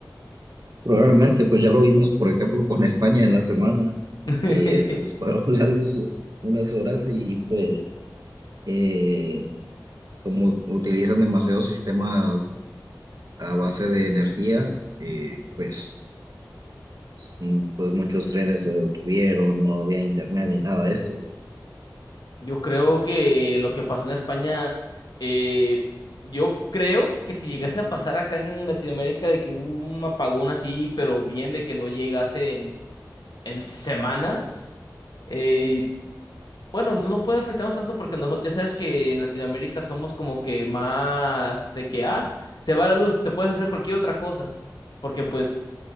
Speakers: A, on the right; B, on the left.
A: Probablemente, pues ya lo vimos, por ejemplo, con España en la semana,
B: <laughs>
A: que se les fueron <laughs> la luz unas horas y pues eh, como utilizan demasiados sistemas a base de energía, eh, pues, mm, pues muchos trenes se detuvieron, no había internet ni nada de esto.
B: Yo creo que lo que pasó en España, eh, yo creo que si llegase a pasar acá en Latinoamérica de que un apagón así, pero bien de que no llegase en semanas. Eh, bueno, no, no puede afectarnos tanto porque nosotros, ya sabes que en Latinoamérica somos como que más de que, ah, se va la luz, te puedes hacer cualquier otra cosa, porque pues